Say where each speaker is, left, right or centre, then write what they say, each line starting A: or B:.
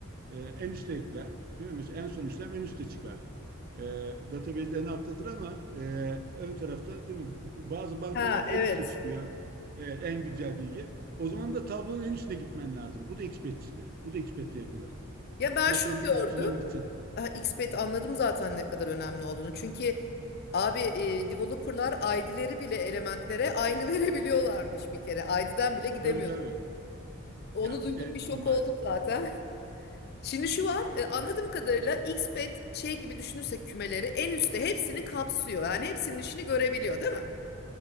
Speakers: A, on the right; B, on the left.
A: Ee, en üste ekler. Değil mi? Mesela en son işlem en üste çıkar. Ee, database en alttadır ama e, ön tarafta değil mi? Bazı bankalarda
B: Ha, evet.
A: en üstte çıkıyor e, en güncel bilgi. O zaman da tablonun en üstüne gitmen lazım. Bu da Expert'çide. Bu da Expert'te yapılır.
B: Ya ben
A: Tablonun
B: şunu gördüm.
A: üstüne mi gideceksin?
B: Ha, XBET
A: Evet.
B: anladım zaten ne kadar önemli olduğunu. Çünkü abi e, developerlar ID'leri bile elementlere aynı <laughs> verebiliyorlarmış bir kere. ID'den bile gidemiyordu.
A: Tabii tabii.
B: Onu
A: Ya
B: duydum
A: bir de
B: bir
A: şimdi
B: şok
A: maalesef.
B: oldum zaten. <laughs> Şimdi şu var e, anladığım kadarıyla XBET şey gibi düşünürsek kümeleri en üstte hepsini kapsıyor. Yani hepsinin işini görebiliyor değil mi?